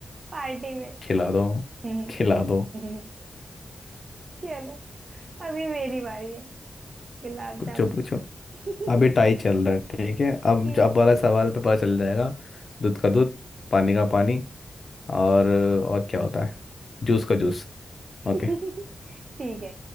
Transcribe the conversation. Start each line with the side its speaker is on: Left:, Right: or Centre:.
Right: पार्टी में
Left: खिला दो
Right: <laughs> हम्म,
Left: खिला दो
Right: हम्म। चलो अभी मेरी बारी है गुलाब
Left: पूछो
Right: जामुन
Left: पूछो
Right: ठीक
Left: अभी टाई चल रहा है ठीक है अब
Right: है
Left: अब वाला सवाल पे पता चल जाएगा दूध का दूध पानी का पानी और
Right: हाँ
Left: और क्या होता है जूस का जूस ओके
Right: ठीक है